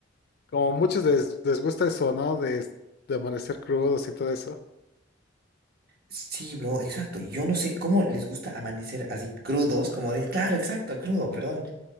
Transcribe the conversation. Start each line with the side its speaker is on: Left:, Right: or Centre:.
Left: Como muchos les, les gusta eso, ¿no? De, de amanecer crudos y todo eso.
Right: Sí, bro, exacto. Yo no sé cómo les gusta amanecer así crudos, como de, claro, exacto, crudo, perdón.